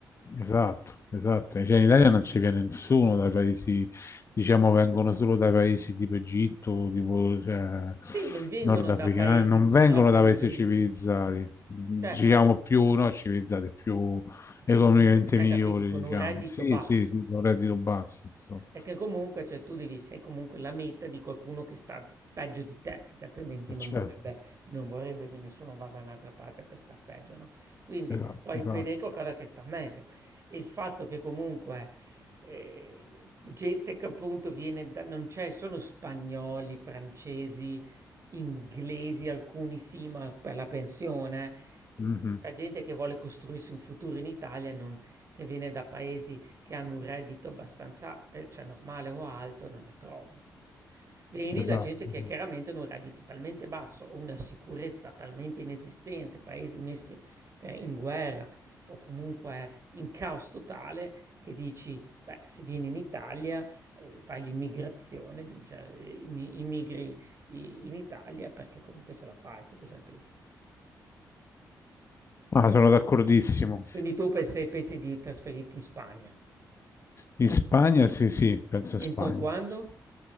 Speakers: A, on the left; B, on the right.
A: Esatto, esatto. Cioè, in Italia non ci viene nessuno dai paesi, diciamo, vengono solo dai paesi tipo Egitto, tipo cioè,
B: Sì, non vengono
A: nordafricani,
B: da paesi
A: non
B: in cui
A: vengono
B: già stanno
A: da paesi
B: bene.
A: civilizzati, diciamo
B: Cioè,
A: più, no, civilizzati, più
B: Sì,
A: economicamente
B: che comunque ci siam
A: migliori,
B: capiti, con
A: diciamo.
B: un reddito
A: Sì,
B: basso.
A: sì, sì, con reddito basso, insomma.
B: Perché comunque, cioè tu devi sei comunque la meta di qualcuno che sta peggio di te, perché altrimenti
A: Eh,
B: non
A: Certo,
B: vorrebbe non vorrebbe che nessuno vada da un'altra parte per sta peggio, no, quindi
A: esatto,
B: vuoi
A: esatto.
B: vedere qualcosa che sta meglio. E il fatto che comunque, ehm, gente che appunto viene da non c'è sono spagnoli, francesi, inglesi, alcuni sì, ma per la pensione, ehm,
A: Mhm,
B: c'è gente che vuole costruirsi un futuro in Italia e non che viene da paesi che hanno un reddito abbastanza, ehm, cioè normale o alto, non ne trovi. Vieni
A: esatto.
B: da gente
A: sì.
B: che chiaramente ha un reddito talmente basso o una sicurezza talmente inesistente, paesi messi, ehm, in guerra o comunque in caos totale che dici: "Beh, se vieni in Italia, ehm, fai l'immigrazione di un cer ehm, immi immigri i in Italia perché comunque ce la fai." Tu cosa ne pensi? Sì.
A: Ah, sono d'accordissimo.
B: Quindi tu pensi pensi di trasferirti in Spagna.
A: In Spagna, sì, sì, penso
B: Entro
A: a Spagna.
B: quando?